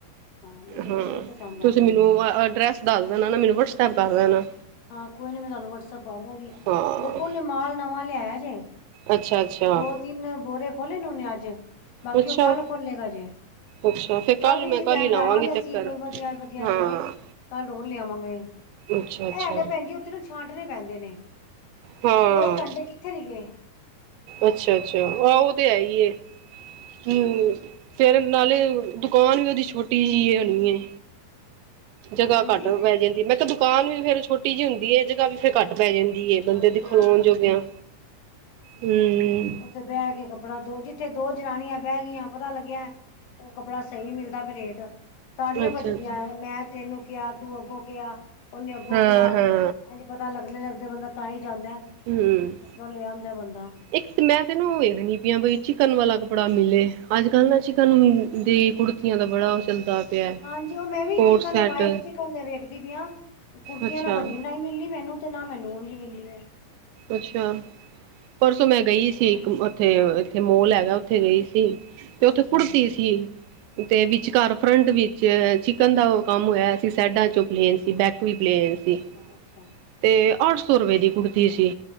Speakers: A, on the left; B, on the right.
A: ਮੈਨੂੰ
B: ਹਾਂ
A: ਤੇ ਬੜੇ ਪਸੰਦ ਆਏ
B: ਤੁਸੀਂ
A: ਨੇ
B: ਮੈਨੂੰ ਅਡਰੈਸ ਦੱਸ ਦੇਣਾ ਨਾ, ਮੈਨੂੰ ਵਟਸੈਪ ਕਰ ਦੇ ਨਾ।
A: ਹਾਂ ਕੋਈ ਨੀ ਮੈਂ ਤੁਹਾਨੂੰ ਵਟਸਐਪ ਕਰ ਦਾਂਗੀ,
B: ਹਾਂ
A: ਦੇਖੋ ਔਹ ਨੇ ਮਾਲ ਨਵਾਂ ਲਿਆਯਾ ਜੇ।
B: ਅੱਛਾ, ਅੱਛਾ
A: ਦੋ ਤਿੰਨ ਬੋਰੇ ਖੋਲ੍ਹਲੇ ਨੇ ਉਹਨੇ ਅੱਜ, ਬਾਕੀ
B: ਅੱਛਾ
A: ਓਹ ਕੱਲ ਖੋਲਲੇੇਗਾ ਜੇ।
B: ਅੱਛਾ ਫਿਰ
A: ਕੱਲ ਵੀ
B: ਮੈਂ
A: ਇਸੀ ਟਾਈਮ
B: ਹੀ ਲਾਵਾਂਗੀ
A: ਜਾਵਾਂਗੇ ਅਸੀਂ
B: ਚੱਕਰ
A: ਕੋਈ ਵਧੀਆ, ਵਧੀਆ
B: ਹਾਂ
A: ਜੇ ਹੋਏ ਕੱਲ ਹੋਰ ਲਿਆਵਾਂਗੇ।
B: ਅੱਛਾ ਅੱਛਾ
A: ਏ ਹੈਗਾ ਭੈਣ ਜੀ ਓਥੇ ਨਾ ਛਾਂਟਣੇ ਪੈਂਦੇ ਨੇ
B: ਹਾਂ
A: ਦੋ ਕੰੰਟੇ ਕਿੱਥੇ ਨੀ ਗਏ।
B: ਅੱਛਾ, ਅੱਛਾ ਆਹੋ ਓਹ ਤੇ ਹੈ ਹੀ ਏ। ਹਮ ਫੇਰ ਨਾਲੇ ਦੁਕਾਨ ਵੀ ਓਹਦੀ ਛੋਟੀ ਜਿਹੀ ਹੋਣੀ ਏ। ਜਗ੍ਹਾ
A: ਹਾਂਜੀ
B: ਘੱਟ ਪੈ ਜਾਂਦੀ, ਮੈਂ ਕਿਹਾ ਦੁਕਾਨ ਵੀ ਫੇਰ ਛੋਟੀ ਜਿਹੀ ਹੁੰਦੀ ਹੈ। ਜਗ੍ਹਾ ਵੀ ਫੇਰ ਘੱਟ ਪੈ ਜਾਂਦੀ ਹੈ, ਬੰਦੇ
A: ਹਾਂਜੀ
B: ਦੇ
A: ਹਾਂਜੀ
B: ਖਲੋਉਣ ਜੋਗਿਆਂ ਹਮ।
A: ਤੇ ਬਹਿ ਕੇ ਕੱਪੜਾ ਦੋ ਜਿੱਥੇ ਦੋ ਜਨਣੀਆਂ ਬਹਿ ਗਈਆਂ ਪਤਾ ਲੱਗਿਆ ਐਹ ਕੱਪੜਾ ਸਹੀ ਮਿਲਦਾ ਪਿਆ ਰੇਟ। ਸਾਰੀਆਂ
B: ਅੱਛਾ
A: ਪਜਦੀਆਂ,
B: ਅੱਛਾ
A: ਮੈਂ ਤੈਨੂੰ ਕਿਹਾ, ਤੂੰ ਅੱਗੋਂ ਕਿਹਾ ਓਹਨੇ ਅੱਗੋਂ
B: ਹਾਂ
A: ਕਿਆ ਅ
B: ਹਾਂ
A: ਪਤਾ ਲੱਗਦੇ- ਲੱਗਦੇ ਬੰਦਾ ਤਾਂ ਹੀ ਜਾਂਦਾ,
B: ਹੂੰ
A: ਕੱਪੜਾ ਲਿਆ ਹੁੰਦਾ ਬੰਦਾ।
B: ਇੱਕ ਮੈਂ ਤੇ ਨਾ ਵੇਖ ਨੀ ਪਈਯਾ ਬਈ ਚਿਕਨ ਵਾਲਾ ਕੱਪੜਾ ਮਿਲੇ ਅੱਜ ਕੱਲ੍ਹ ਚਿਕਨ ਨੂੰ ਦੀ ਕੁੜਤੀ ਕੁੜਤੀਆਂ ਦਾ ਬੜਾ ਓਹ ਚੱਲਦਾ ਪਿਆ
A: ਹਾਂਜੀ, ਉਹ ਮੈਂ ਵੀ
B: coat
A: chikan
B: set
A: white chikan ਦੇ ਵੇਖਦੀ ਪੀਆ ਹਾਂ ਕੁੜਤੀਆਂ
B: ਅੱਛਾ
A: ਨਾਲ ਬੰਨੀ ਬਣਾਈ ਮਿਲਣੀ ਮੈਨੂੰ ਤੇ ਨਾ ਮੈਨੂੰ ਉਝ ਹੀ ਮਿਲੀ ਏ।
B: ਅੱਛਾ, ਪਰਸੋਂ ਮੈਂ ਗਈ ਸੀ ਇੱਕ ਉੱਥੇ ਇੱਥੇ ਮੋਲ ਹੈਗਾ ਉੱਥੇ ਗਈ ਸੀ। ਤੇ ਉੱਥੇ
A: ਅੱਛਾ
B: ਕੁੜਤੀ ਕੀ ਤੇ ਵਿਚਕਾਰ ਫਰੰਟ ਵਿੱਚ ਚਿਕਨ ਦਾ ਉਹ ਕੰਮ ਹੋਇਆ ਸੀ, ਸਾਈਡਾਂ ਚੋਂ ਪਲੇਨਸੀ ਤੇ ਬੈਕ ਵੀ ਪਲੇਣ
A: ਅੱਛਾ
B: ਸੀ।
A: ਅੱਛਾ, ਅੱਛਾ
B: ਤੇ ਆੱਠ ਸੌ ਰੁਪਏ ਦੀ ਕੁੜਤੀ ਸੀ